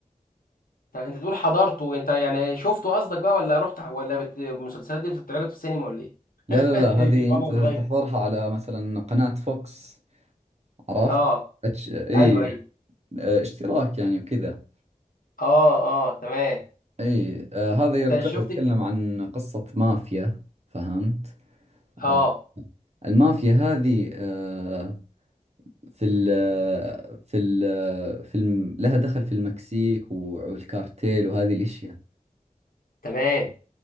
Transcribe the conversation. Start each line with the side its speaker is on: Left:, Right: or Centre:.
Left: طب انت تقول حضرته انت يعني شفته قصدك بقى ولا رحت ولا بت... المسلسلات دي بتتعرض في السينما ولا ايه
Right: لا
Left: <laughs>
Right: لا لا
Left: إيه
Right: هذه
Left: كده وضع
Right: أنت
Left: متغير
Right: تحضرها على مثلا قناة فوكس عرفت
Left: اه
Right: أتش... إي
Left: ايوه ايوه
Right: آه، اشتراك يعني وكذا
Left: اه اه تمام
Right: إي آه هذا
Left: انت
Right: يرجع
Left: شفت
Right: يتكلم عن قصة مافيا فهمت آه
Left: اه
Right: المافيا هذه آه في ال في ال في الم... لها دخل في المكسيك والكارتيل وهذه الاشياء
Left: تمام